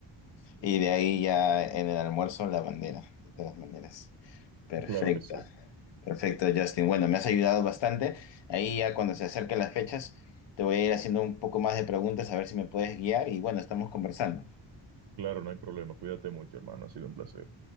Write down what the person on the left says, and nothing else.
Y de ahí ya en el almuerzo la bandera, de todas maneras. Perfecto,
perfecto, Justin. Bueno, me has ayudado bastante. Ahí ya cuando se acerquen las fechas, te voy a ir haciendo un poco más de preguntas a ver si me puedes guiar y bueno, estamos conversando.